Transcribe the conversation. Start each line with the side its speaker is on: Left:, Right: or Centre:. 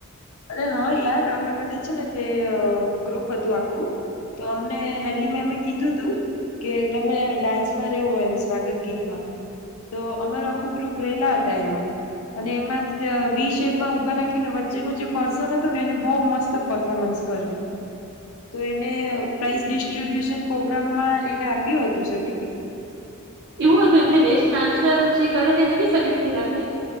Left: અરે હા યાર અમે બધા છે, ને તે ગ્રુપ હતું આખું તો અમને હેલી મેમ અમે કીધું તું કે તમે ડાન્સમાં ર રેવો એમ સ્વાગત ગીતમાં તો અમાર આખું ગ્રુપ રેલા હતા એમાં અને એમાં વી શેપમાં ઉભા રાખીને વચ્ચેનું જે પર્સન હતું ને એને બહુ મસ્ત પફોર્મન્સ કરેલું, તો એને પ્રાઈઝ ડિસ્ટ્રીબ્યુશન પ્રોગ્રામમાં એને આપ્યું હતું સર્ટિફિકેટ
Right: એવું હતું એટલે બેસ્ટ ડાન્સર જે કરે તેને બી સર્ટિફિકેટ આપે